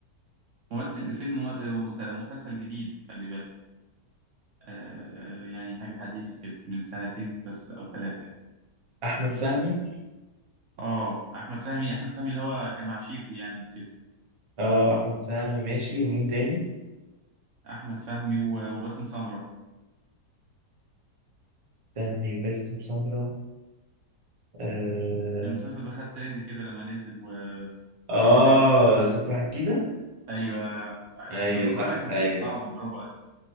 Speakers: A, on the right; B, on the right.
A: ممثل فيلم مم- مت- مسلسل جديد خلي بالك آه آه، يعني حاجة حديثة كده من سنتين بس او ثلاثة
B: احمد فهمي
A: اه احمد فهمي احمد فهمي اللي هو كان مع شيكو يعني كده
B: اه احمد فهمي ماشي ومين تاني
A: احمد فهمي و- وباسم سمرة
B: فهمي باسم سمرة اه,
A: المسلسل ده خد ترند كده لما نزل و...
B: آه.
A: وفي حنان يم-
B: سفاح الجيزه
A: ايوه عايش
B: ايوه
A: طب انا
B: صح
A: كانت
B: ايوه
A: صعبه برافو عليك